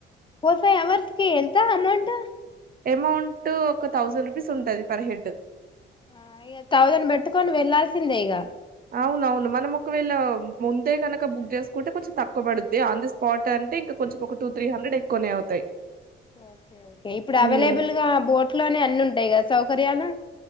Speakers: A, on the left; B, on the right.
A: ఫోర్ ఫైవ్ అవర్స్ కి ఎంత అమౌంట్
B: అమౌంట్ ఒక థౌజండ్ రూపీస్ ఉంటది పర్ హెడ్
A: ఆ థౌజండ్ పెట్టుకొని వెళ్ళాల్సిందే ఇక
B: అవునవును మనం ఒకవేళ ముందే కనుక బుక్ చేసుకుంటే కొంచెం తక్కువ పడుద్ది ఆన్ ది స్పాట్ అని అంట ఇంకా కొంచెం ఒక టూ త్రీ హండ్రెడ్ ఎక్కువనే అవుతాయి
A: ఓకే ఓకే ఇప్పుడు
B: హ్మ్.
A: అవైలబుల్ గా బోట్ లోనే అన్న ఉంటాయి కదా సౌకర్యాలు